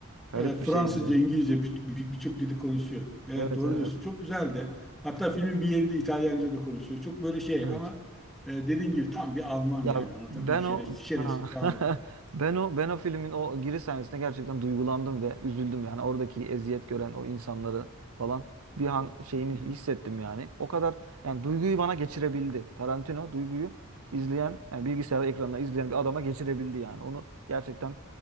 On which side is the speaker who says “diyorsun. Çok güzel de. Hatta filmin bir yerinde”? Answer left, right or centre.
Centre